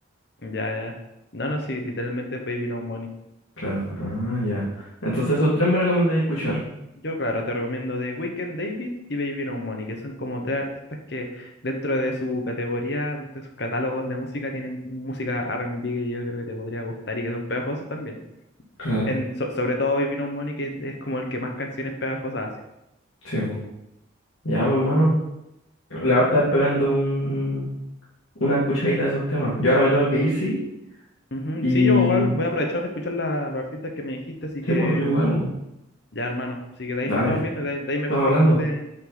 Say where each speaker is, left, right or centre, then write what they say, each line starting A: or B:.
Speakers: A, on the left; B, on the left.
A: ya, ya. No, no, sí, literalmente es Baby No Money.
B: Claro, ah, ya. Entonces esos tres me recomendáis escuchar.
A: Yo, claro, te recomiendo The Weeknd, David y Baby No Money, que son como tres artistas que dentro de su categoría, dentro de sus catálogos de música, tienen música R&B que yo creo que te podría gustar y que son pegajosos también.
B: Claro,
A: En, so- sobre todo Baby No Money, que es como el que más canciones pegajosas hace.
B: sí, po. Ya, pues, hermano, le va a estar pegando un, una escuchadita a esos temas. Yo ahora me tengo que ir, sí,
A: Ujú,
B: y
A: Sí, yo igual voy a aprovechar de escuchar la- los artistas que me dijiste, así
B: sí,
A: que
B: pues, yo igual, bueno.
A: ya, hermano. Así que de
B: Dale,
A: ahí nos estamos viendo, y de, de ahí me
B: estamos
A: contéis
B: hablando.
A: cómo te,